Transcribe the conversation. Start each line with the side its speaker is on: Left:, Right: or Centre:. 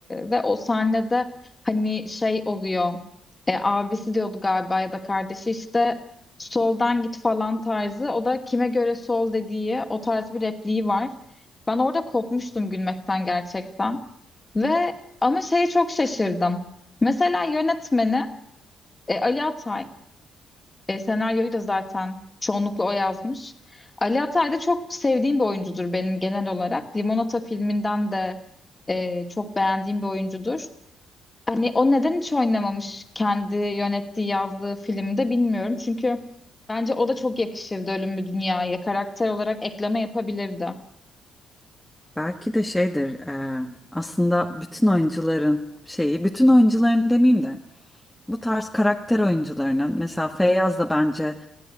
Left: ve o sahnede hani şey oluyor e, abisi diyordu galiba ya da kardeşi işte soldan git falan tarzı o da kime göre sol dediği o tarz bir repliği var. Ben orada kopmuştum gülmekten gerçekten ve ama şeye çok şaşırdım. Mesela yönetmeni e, Ali Atay, e, senaryoyu da zaten çoğunlukla o yazmış. Ali Atay da çok sevdiğim bir oyuncudur benim genel olarak. Limonata filminden de e, çok beğendiğim bir oyuncudur. Hani o neden hiç oynamamış kendi yönettiği, yazdığı filmde bilmiyorum. Çünkü bence o da çok yakışırdı Ölüm Mü Dünya'ya. Karakter olarak ekleme yapabilirdi.
Centre: Belki de şeydir e, aslında bütün oyuncuların şeyi bütün oyuncuların demeyeyim de bu tarz karakter oyuncularının mesela Feyyaz da bence